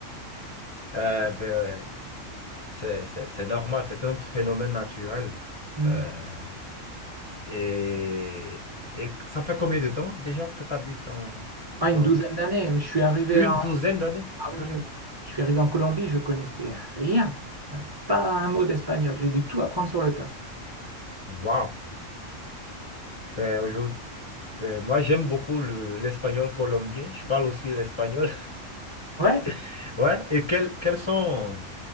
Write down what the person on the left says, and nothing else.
Euh, ben, euh, c'est, c'est- c'est normal, c'est un phénomène naturel.
Euh, et, et ça fait combien de temps déjà que tu habites en
Colombie?
Une
douzaine d'années,
carrément.
Wow. Ben, aujourd'hui, ben, moi, j'aime beaucoup le- l'espagnol colombien. Je parle aussi l'espagnol.
<laughs> Ouais. Et quels, quels sont,